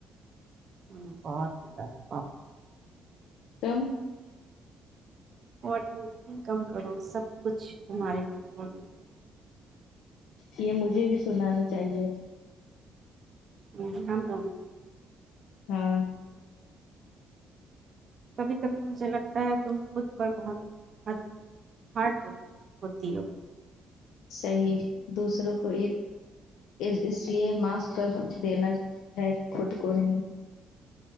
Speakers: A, on the right (about 35°); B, on the left (about 85°).
A: ہ بہت ہی زیادہ بہت ہی
B: تم
A: اورن کم کرو سب کچھ تارے کنٹرول میں
B: یہ مجھے بھی سنانا چاہیے
A: ہ ہمم د کو
B: ہاں
A: کبھی کبھی مجھے لگتا ہے تو خود پر بہت ہ ہارٹ ہوتیو
B: صحیح دوسروں کو اس لیے معاف کر دینا ہے خود کو نہیں